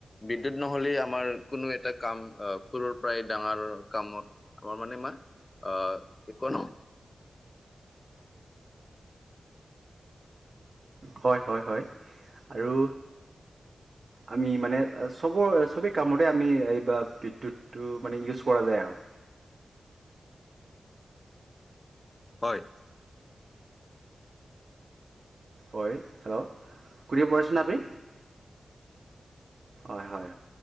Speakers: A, on the left; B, on the right.
A: বিদ্যুত নহলে আমাৰ কোনো এটা কাম আহ খৰুৰ পৰাই ডাঙৰ কামত আমাৰ মানে ইমা আহ একো নহয়।
B: হয়, হয়, হয় আৰু আমি মানে চবৰে সবেই কামৰে আমি এইব বিদ্যুৎ টো মানে ইউজ কৰা যায় আৰু।
A: হয়।
B: হয় হেল্ল' শুনিব পাৰছেনে আপুনি? হয়, হয়